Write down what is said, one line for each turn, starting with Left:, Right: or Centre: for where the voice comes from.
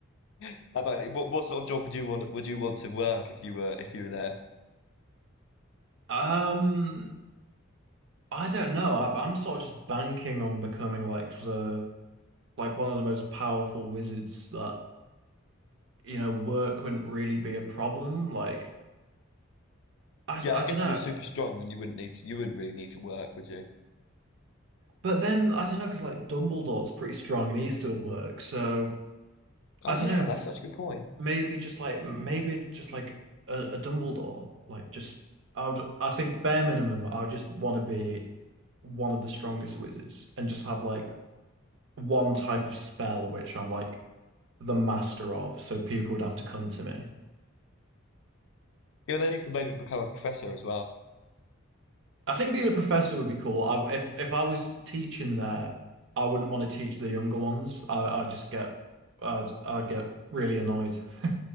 Left: How about what what sort of job would you want would you want to work if you were if you were there?
Right: Um, I don't know. I, I'm sort of just banking on becoming like the like one of the most powerful wizards that you know work wouldn't really be a problem. Like I,
Left: Yeah,
Right: I
Left: I guess
Right: don't know.
Left: if you're super strong, then you wouldn't need to, you wouldn't really need to work, would you?
Right: But then I don't know because like Dumbledore's pretty strong and he still works. So
Left: Oh
Right: I don't
Left: yeah,
Right: know.
Left: that's such a good point.
Right: maybe just like maybe just like a, a Dumbledore. Like just I would I think bare minimum I would just want to be one of the strongest wizards and just have like one type of spell which I'm like the master of, so people would have to come to me.
Left: Yeah, then you could maybe become a professor as well.
Right: I think being a professor would be cool. I, if if I was teaching there, I wouldn't want to teach the younger ones. I I'd just get I'd I'd get really annoyed. <laughs>